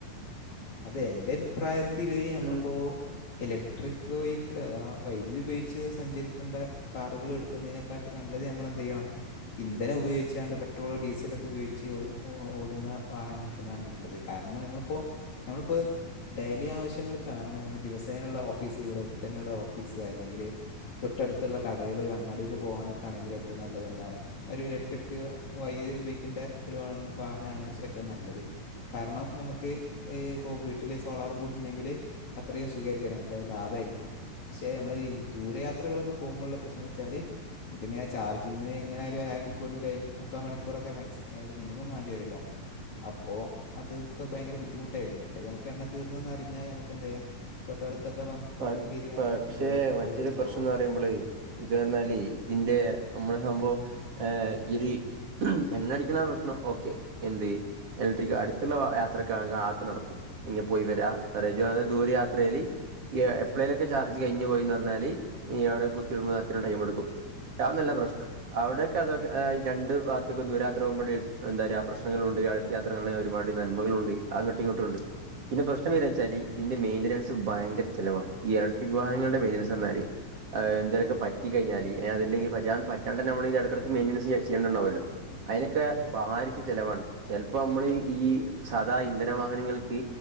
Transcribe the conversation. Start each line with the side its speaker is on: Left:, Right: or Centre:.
Left: അതെ എന്റെ അഭിപ്രായത്തില് നമ്മളിപ്പോ
Right: ഉം
Left: ഇലക്ട്രിക്ക് വെഹിക്കിള് ആ വൈദ്യുതി ഉപയോഗിച്ച് സഞ്ചരിക്കണ്ട കാറുകൾ ട്ക്കുന്നതിനെക്കാട്ടി നല്ലത് നമ്മളെന്തിയ്യണം ഇന്ധനം ഉപയോഗിച്ചാണ്ട് പെട്രോള് ഡീസലൊക്കെ ഉപയോഗിച്ച് ഒ ഓടുന്ന വാഹന ക് ടാണ് നല്ലത് കാരണം നമ്മള്പ്പോ നമ്മളിപ്പത് ഡെയിലി ആവിശ്യങ്ങൾക്കാണ് നമ്മ നമ്മൾ ദിവസേനള്ള ഓഫീസ് ഇവിടെ ട്ത്തെന്നെയുള്ള ഓഫീസ് അല്ലെങ്കിൽ തൊട്ടടുത്തുള്ള കടകൾ അങ്ങാടിയിൽ പോകാനൊക്കാണെങ്കിൽ ഏറ്റവും നല്ലത് എന്താണ് ഒരു ഇലക്ട്രിക്ക് വൈദ്യുതി ഉപയോഗിക്കെണ്ട ഒരു വളണ് വാഹനാണ് ഏറ്റവും നല്ലത് കാരണം ഞമക്ക് ഏ ഇപ്പോ വീട്ടിൽ സോളാറും കൂടി ഉണ്ടെങ്കിൽ അത്രയും സുഖായിരിക്കുലമക്ക് ലാഭായിരിക്കും പക്ഷേ ഞമ്മൾ ഈ ദൂരയാത്രകളൊക്കെ പോകുമ്പോള്ള പ്രശ്നൊച്ചാൽ ഇതിങ്ങനെ ചാർജിങ്ങിന് എങ്ങനെയാലും ഒരു അര മണിക്കൂറിൻ്റെ മുക്കാ മണിക്കൂറൊക്കെ മാക്സി മിനിമം വാണ്ടി വെരോല്ലോ അപ്പോ അത് ക്ക് ഭയങ്കര ബുദ്ധിമു ട്ടെരും മറ്റേ ഞമക്ക് എണ്ണ തീർന്ന് ന്നറിഞ്ഞാൽ ഞമക്കെന്തെ‌യ്യ തോട്ടടുത്തുള്ള പമ്പ്
Right: പ
Left: പമ്പിൽ കയറിയാണ്ട്
Right: പക്ഷേ
Left: നമുക്ക് എന്ത് ചെയ്യാം പെട്രോൾ
Right: മറ്റൊരു
Left: അടിച്ച്
Right: പ്രശ്നം
Left: പോവാം
Right: എന്ന് പറയുമ്പളേ ഇത് വന്നാലേ ഇതിന്റെ നമ്മള് ഹംമ്പഒ ഏ ഇരി എണ്ണ അടിക്ക്ണാ പ്രശ്നം ഓക്കെ എന്ത് എലക്ട്രിക്ക് അട്ത്തുള്ള യാത്രക്കാണെങ്കിൽ ആക്കെ നടക്കും ഇഞ്ഞ പോയി വരാം <unintelligible> പറഞ്ഞാൽ ദൂരെ യാത്രയില് എ എപ്പോളെലൊക്കെ ചാർജ് കഴിഞ്ഞു പോയി പറഞ്ഞാല് ഇനി അവിടെ കുത്തി ഇടുമ്പോ അത്രയും ടൈമെടുക്കും ഷാന്നു അല്ല പ്രശ്നം അവ്ടെക്കെ അതൊക്കെ ഏ രണ്ട് ഭാഗതുക്കും ദൂരാത്ര പോകുമ്പോഴ് എന്താറയാ പ്രശ്നങ്ങളുണ്ട് അ യാത്കള് ഒരുപാട് നന്മകളുണ്ട് അങ്ങോട്ടു ഇങ്ങോട്ടുണ്ട് പിന്നെ പ്രശ്നം വെരാച്ചാൽ ഇതിന്റെ മെയിന്റിനൻസ് ഭയങ്കര ചെലവാണ് ഈ ഇലക്ട്രി വാഹനങ്ങളുടെ മെയിൻനൻസറഞ്ഞാൽ അ എന്തേലൊക്കെ പറ്റി കഴിഞ്ഞാല് ഏ അതല്ലെങ്കി ബജാൻ പറ്റാണ്ടന്നെമ്മള് എടക്കടക്ക് മെനുയിസി <unintelligible> യ്യ്ണ്ടാവോലൊ അയിനൊക്കെ ബാരിച്ച ചെലവാണ് ചെലപ്പോ നമ്മള് ഈ സദാ ഇന്ധന വാഹനങ്ങൾക്ക്